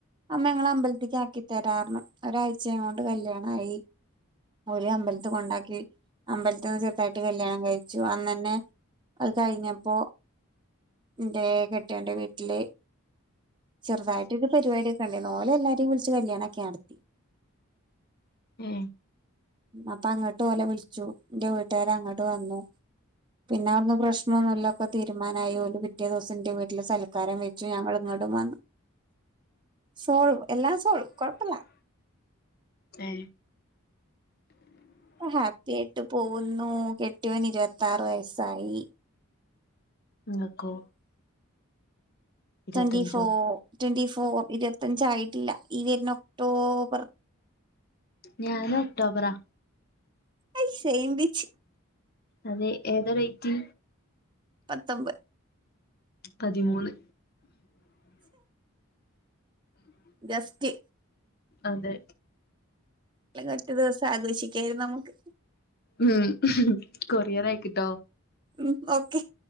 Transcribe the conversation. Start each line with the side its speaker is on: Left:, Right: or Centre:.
Right: അമ്മേ ങ്ങളെ അമ്പല്ത്ത്ക്കാക്കി തരാറ്ഞ്ഞു ഒരാഴ്ച്ചോണ്ട് കല്യാണായി ഓല് അമ്പല്ത്ത് കൊണ്ടാക്കി അമ്പലത്ത്ന്ന് ചെറ്തായിട്ട് കല്യാണം കഴിച്ചു അന്നെന്നെ കഴിഞ്ഞപ്പോ ന്റെ കെട്ടിയോന്റെ വീട്ടില് ചെറുതായിട്ടൊരു പരിവാടിയൊക്കെ ണ്ടേന്നു ഓല് എല്ലാരെ വിളിച്ച് കല്യാണാക്കി നടത്തി.
Left: ഏ
Right: അപ്പൊ അങ്ങട്ട് ഓലെ വിളിച്ചു ന്റെ വീട്ട്കാര് അങ്ങട്ട് വന്നു പിന്നെ അവിടുന്ന് പ്രശ്ന ലൊക്കെ തീരുമാനായി പിറ്റേ ദിവസം ന്റെ വീട്ടില് സൽക്കാരം വെച്ചു ഞങ്ങള് ഇങ്ങോട്ടും വന്നു. സോൾവ് എല്ലാം സോൾവ് കൊഴപ്പല്ല
Left: ഏ
Right: പ്പോ ഹാപ്പി ആയിട്ട് പോകുന്നു കെ ട്ട്യോന് ഇരുവത്താറ് വയസ്സായി
Left: നിങ്ങക്കോ ഇരുപത്തഞ്ചോ
Right: ട്വന്റി ഫോ ട്വന്റി ഫോർ ഇരുപത്തഞ്ചായി ട്ടില്ലാ ഈ വരുന്ന ഒക്ടോബർ.
Left: ഞാന് ഒക്ടോബറാ
Right: അയ് സെയിം ബീച്ച്
Left: അതെ ഏതാ റേറ്റ്
Right: പത്തൊമ്പത്
Left: പതിമൂന്ന്
Right: ഗസ്റ്റ്
Left: അതെ
Right: അല്ലെങ്കി ഒറ്റ ദിവസം ആഘോഷിക്കായിരുന്നു നമുക്ക്
Left: ഉം കൊറിയറ ആയിക്കിട്ടോ
Right: ഉം ഓക്കെ